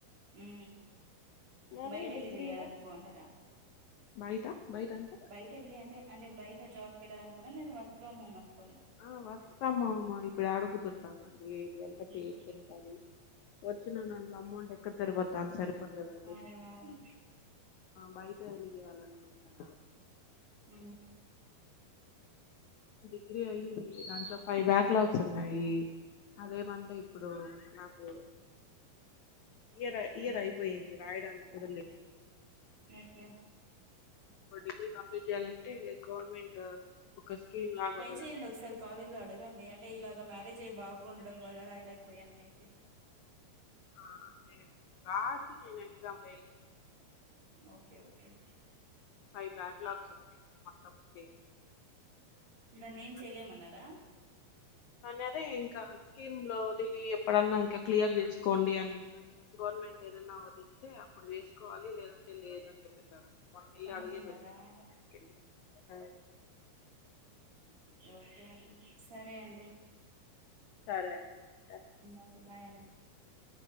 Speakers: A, on the right; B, on the left.
A: ఉ
B: మరి
A: బయట వెళ్ళి
B: డిగ్రీలో
A: చెయాలనుకోండరా
B: బయట బయట అంటే
A: బట వెళ్ళి అంటేంటే బయట జాబ్కి వెళ్లనుకున్న నేను వర్క్ ఫ్రమ్ హోమ్ అనుకున్నాను
B: ఆ వర్క్ ఫ్రొం హౌస్ ఇప్పుడు ఏడ కుదురుతాన అండి ఇది అంతా
A: మీరు
B: ఫేక్ ఉంటదీ వచ్చినా దాంట్లో అమౌంట్ ఎక్కడ తరిపోతా అని సరిపోతదండి
A: అవునవును
B: బయట వెళ్లి చేయాలనుకుంటున్నా
A: ఆ
B: డిగ్రీ అయ్యింది దాంట్లో ఫైవ్ బ్యాక్ లాగ్స్ ఉన్నాయి అదేమంటే ఇప్పుడు నాకు ఇయర్ ఇయర్
A: అదేలే
B: అయిపోయింది రాయడానికి కూడా లేదు
A: అయ్యో
B: మా డిగ్రీ కంప్లీట్ చేయాలంటే గవర్నమెంట్ ఒక స్కీమ్ లాగా
A: ట్రై
B: వదలాలి
A: చెయడి ఒకసారి కాలేజ్ లో అడగండి అంటే ఇలాగా మ్యారేజ్ అయ్యి బాబు ఉండడం వల్ల రాయలేకపోయా అనేసి
B: ఆ అంటే రాసి నేను ఎక్సమ్ ఫెయిల్ అయినా
A: okay okay
B: five backlogs ఉన్నాయి మొత్తం చేసి.
A: దాన్ని
B: హ్మ్.
A: ఏం చేయలేమన్నారా
B: అనే అదే ఇంకా స్కీమ్ లో దిలీ ఎప్పుడన్నా ఇంకా క్లియర్ చేసుకోండి అని గవర్నమెంట్ ఏదన్న వదిలితే అప్పుడు చేసుకోవాలి లేదంటే లేదు అని చెప్పేశారు అంట మొన్న ఎలా
A: కనుక్కున్నారా
B: అడుగే <unintelligible>
A: ఓకే ఓకే అండి సరే అండి
B: సరే అండి ఉంటానండి.
A: ఓకే బాయ్ అండి